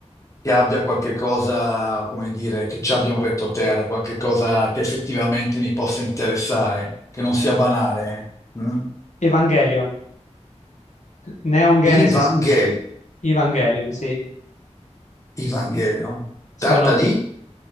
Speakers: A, on the left; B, on the left.
A: che abbia qualche cosa, come dire, che ci abbia un retroterra, qualche cosa che effettivamente mi possa interessare, che non sia banale. mm?
B: Evangelion, Neon Genesis
A: Evangel-
B: Evangelion, sì,
A: Evangelion.
B: sono
A: Tratta di...